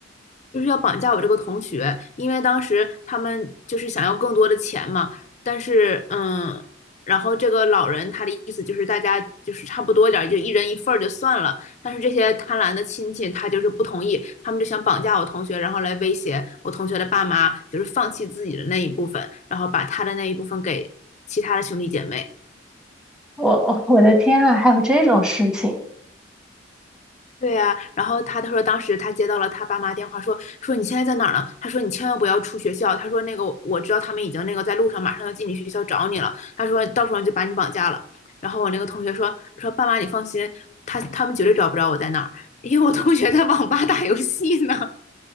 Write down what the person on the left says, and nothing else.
就是要绑架我这个同学，因为当时他们就是想要更多的钱嘛，但是嗯，然后这个老人他的意思就是大家就是差不多点儿，就一人一份儿就算了，但是这些贪婪的亲戚他就是不同意，他们就想绑架我同学，然后来威胁我同学的爸妈，就是放弃自己的那一部分，然后把他的那一部分给其他的兄弟姐妹。
对呀、然后他他说当时他接到了他爸妈电话说，说你现在在哪儿呢？他说你千万不要出学校，他说那个我知道他们已经那个在路上，马上要进你学校找你了，他说到时候就把你绑架了。然后我那个同学说说爸妈你放心，他他们绝对找不着我在哪儿，因为我同学在网吧打游戏呢。